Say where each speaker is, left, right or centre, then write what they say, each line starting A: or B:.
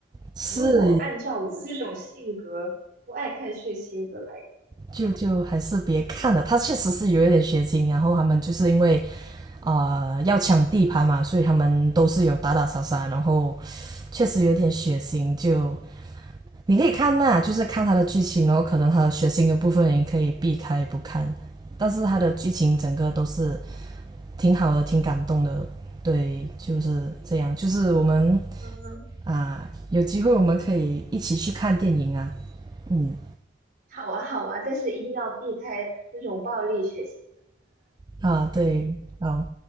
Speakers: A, on the right; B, on the right.
A: 是，
B: 如果按照我这种性格不爱看血腥的来讲，
A: 就就还是别看了。
B: 你怎么？
A: 他确实是有一点血腥啊，然后他们就是因为呃要抢地盘嘛，所以他们都是有打打杀杀，然后确实有点血腥。就你可以看那、就是看它的剧情，然后可能它的血腥的部分你可以避开不看，但是它的剧情整个都是挺好的，挺感动的。对，就是这样，就是我们
B: 嗯，
A: 啊、有机会我们可以一起去看电影啊。嗯，
B: 好啊，好啊，但是一定要避开这种暴力血腥。
A: 啊，对，好。